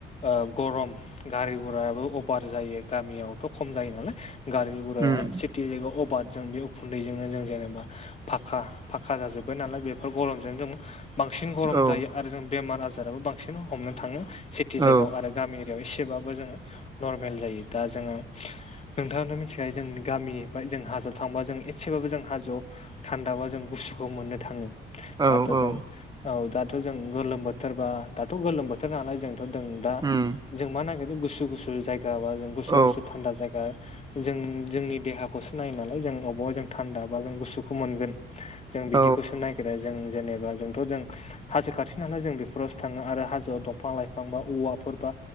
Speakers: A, on the left (about 35°); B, on the right (about 20°).
A: ओ गरम गारि गुरायाबो अभार जायो गामियावथ' खम जायो नालाय गारि गुराया
B: उम
A: टि जायगायाव अबार जों बे उखुन्दैजोंनो जों जेनेबा फाखा फाखा जाजोब बाय नालाय बेफोर गरमजों जों बांसिन गरम
B: औ
A: जायो आरो जों बेमार आजाराबो बांसि हमनो थाङो सिटि
B: औ
A: जायगायाव आरो गामि एसेबो जों नर्मेल जायो दा जोङो नोंथाङानो मिथिखायो जोंनि गामिनिफ्राय जों हाजोआव थांबा जों एसेबाबो जों हाजो थान्दाबा जों गुसुखौ मोनो थाङो
B: औ
A: दाथ'
B: औ
A: जों औ दाथ' जों गोलोम बोथोरबा दाथ' गोलोम बोथोर नालाय जों जों दा
B: उम
A: जों मा नागिरदों गुसु गुसु जायगा बा जों गुसु
B: औ
A: गुसु थान्दा जायगा जों जोंनि देहाखौसो नायो नालाय जों अबाव जों थान्दा बा जों गुसुखौ मोनगोन जों
B: औ
A: बिदिखौसो नागिरो जों जेनेबा जोंथ' जों हाजो खाथि नालाय जों बेफोरावसो थाङो आरो हाजोआव दंफां लाइफां बा औवाफोर बा